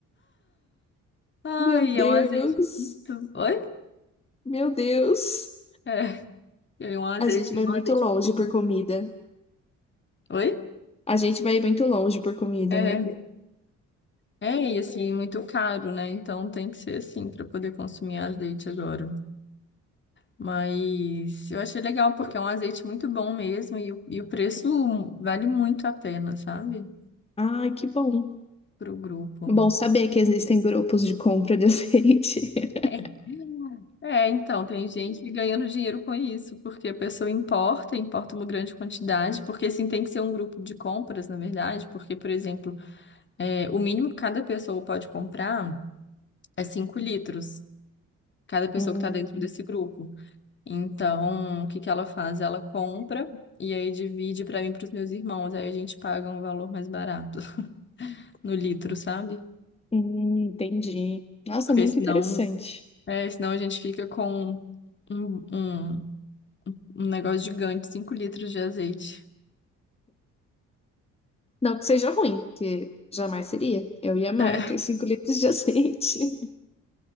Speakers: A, on the left; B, on the left.
A: Ai,
B: <laughs> Meu Deus.
A: é um azeite muito... Oi?
B: Meu Deus.
A: É, é um azeite,
B: A gente vai
A: é um
B: muito
A: azeite
B: longe
A: muito
B: por
A: bom.
B: comida.
A: Oi?
B: A gente vai muito longe por comida,
A: É,
B: né?
A: é, e assim, muito caro, né? Então tem que ser assim para poder consumir azeite agora. Mas eu achei legal porque é um azeite muito bom mesmo e, o- e o preço vale muito a pena, sabe?
B: Ai, que bom.
A: Pro grupo.
B: Bom saber que existem grupos de compra de azeite. <laughs>
A: <laughs> É, então, tem gente ganhando dinheiro com isso, porque a pessoa importa, importa uma grande quantidade, porque assim tem que ser um grupo de compras, na verdade, porque, por exemplo, é, o mínimo que cada pessoa pode comprar é 5 litros, cada pessoa
B: Hum,
A: que está dentro desse grupo. Então, o que que ela faz? Ela compra e aí divide para mim e para os meus irmãos. Aí a gente paga um valor mais barato <laughs> no litro, sabe?
B: hum, entendi. Nossa,
A: Porque
B: muito
A: senão,
B: interessante.
A: é, senão a gente fica com um, um, um negócio gigante, 5 litros de azeite.
B: Não que seja ruim, porque jamais seria. Eu ia amar
A: <laughs>
B: ter 5 litros de azeite.